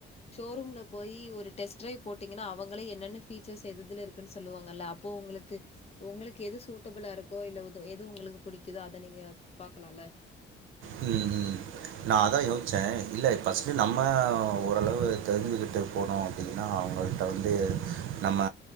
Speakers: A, on the left; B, on the right.
A: ஷோரூம்ல போயி ஒரு டெஸ்ட் ட்ரைவ் போட்டீங்கன்னா அவங்களே என்னென்ன ஃபீச்சர்ஸ் எதுதுல இருக்குன் சொல்லுவாங்கல்ல அப்போ போ உங்களுக்கு உங்களுக்கு எது சூட்டபுளா இருக்கோ இல்ல து எது உங்களுக்கு புடிக்கிதோ அத நீங்க பாக்கலால்ல
B: ம் நா அதா யோச்ச இல்ல ஃபஸ்ட்டு நம்ம ஓரளவு தெரிஞ்சிக்கிட்டு போனோ அப்டின்னா அவ்ங்கள்ட்ட வந்து நம்ம